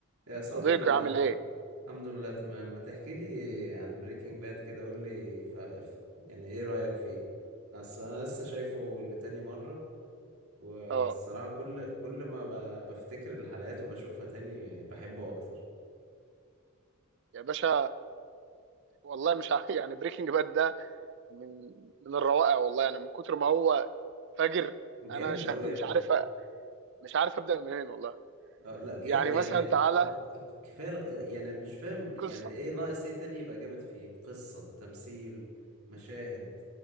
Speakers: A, on the right; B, on the right.
A: يا صاحبي
B: صديقي
A: ما
B: عامل ايه؟
A: الحمد لله تمام ما تحكي لي عن بريكنج باد كده قول لي ف... ف- يعني ايه رأيك فيه اصل انا لسه شايفه لتاني مرة والصراحة
B: اه
A: كل كل ما ب... بفتكر الحلقات وبشوفها تاني بحبه اكتر
B: يا باشا والله مش ع- <laughs> يعني بريكنج باد ده من من الروائع والله يعني من كتر ما هو فجر
A: جامد
B: انا مش
A: قوي
B: <laughs> ع- مش
A: يا ابني
B: عارف أ- مش عارف ابدا منين والله
A: اه لا جا...
B: يعني
A: يعني
B: مثلا تعالى
A: اه الق- كفاية اه، يعني مش فاهم
B: القصه
A: يعني ايه ناقص ايه تاني يبقى جامد فيه قصة تمثيل مشاهد